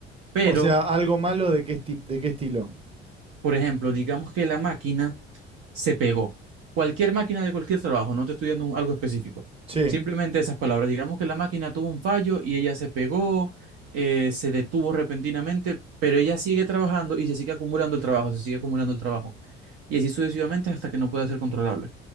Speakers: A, on the right (about 45°); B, on the right (about 15°).
A: Pero,
B: O sea, algo malo de qué esti- de qué estilo.
A: por ejemplo, digamos que la máquina se pegó. Cualquier máquina de cualquier trabajo, no te estoy dando un- algo específico.
B: Sí,
A: Simplemente esas palabras. Digamos que la máquina tuvo un fallo y ella se pegó, eh, se detuvo repentinamente, pero ella sigue trabajando y se sigue acumulando el trabajo, se sigue acumulando el trabajo. Y así sucesivamente hasta que no pueda ser controlable.